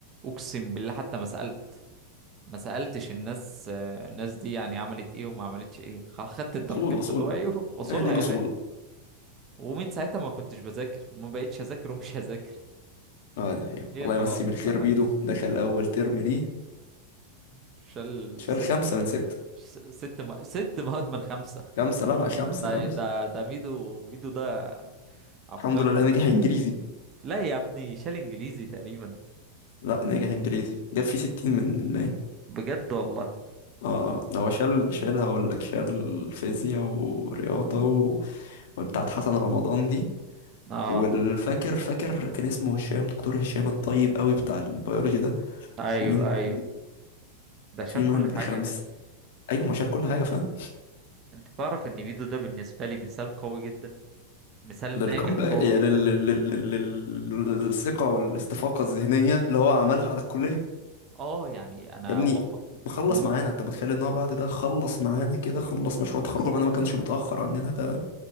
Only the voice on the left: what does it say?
اصول اصول
ادي الاصول
اه دي حقيقة
الله
يمسيه بالخير
بيدو دخل اول ترم ليه
شال
خمسة من ستة
خمسة لا لا خمسة
خمسة
الحمد لله نجح انجليزي
لا نجح انجليزي جاب فيه ستين من المية
اه اه. هو شال شال هقول لك شال فيزياء ورياضة و... وبتاعت حسن رمضان دي
والفاكر فاكر كان اسمه هشام دكتور هشام الطيب قوي بتاع البيولوجي ده
ومين تاني
في مادة
خمس
ايوه ما شال كل حاجة فاهم
للكم
بقى
يعني
لل... لل... لل... لل- للثقة والاستفاقة الذهنية اللي هو عملها على الكلية
يا ابني
بخلص
معانا انت متخيل ان هو بعد ده خلص معانا كده خلص مشروع تخرجه
معانا ما كانش متأخر عننا ده